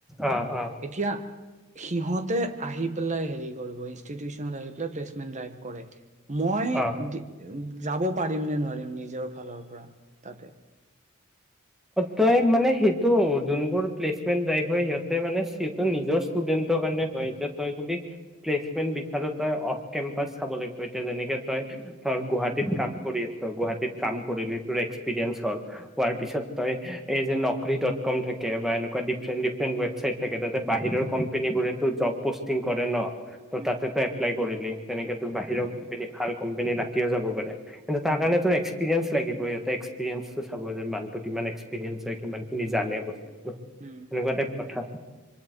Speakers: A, in the centre; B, on the right (about 35°).
A: অ অ
B: এতিয়া সিহঁতে আহি বলে, হেৰি কৰিব, ইনষ্টিটিউচনত আহি পেলাই প্লেচমেণ্ট ড্ৰাইভ কৰে। মই
A: অ
B: <unintelligible> যাব পাৰিম নে নোৱাৰিম নিজৰ ফালৰ পৰা তাতে।
A: তই মানে, সিটো যোনবোৰ প্লেচমেণ্ট ড্ৰাইভ হয়, সিহঁতে মানে সিহঁতৰ নিজৰ ষ্টুডেণ্টৰ কাৰণে হয়, এতিয়া তই যদি প্লেচমেণ্ট বিচাৰ, তই অফ কেম্পাচ চাব লাগিব। এতিয়া যেনেকে তই গুৱাহাটীত কাম কৰি তই গুৱাহাটীত কাম
B: উম
A: কৰিলি, তোৰ এক্স পিৰেঞ্চ হ'ল হোৱাৰ
B: উম
A: পিছত এই যে, নকৰি ডট কম থাকে বা এনেকুৱা ডিফৰেণ্ট ডিফৰেণ্ট ৱেবচাইট থাকে, তাত বাহিৰৰ কোম্পানীবোৰেতো জব পষ্টিং কৰে ন,
B: উম
A: তাতে ত‌ই এপ্লাই কৰিলি, তেনেক তোৰ বাহিৰৰ কোম্পানী, ভাল কোম্পনী লাগিও যাব পাৰে। কিন্ত তাৰ কাৰণে
B: উম উম
A: তোৰ এক্সপিৰিয়েন্ঞ্চ লাগিব ইয়াত এক্সপিৰিয়েঞ্চোতো চাব যে, মানুহটো কিমান এক্সপিৰিয়েন্ঞ্চ হয়, কিমান খিনি জানে বস এনেকুৱা
B: উম
A: টাইপ কথা।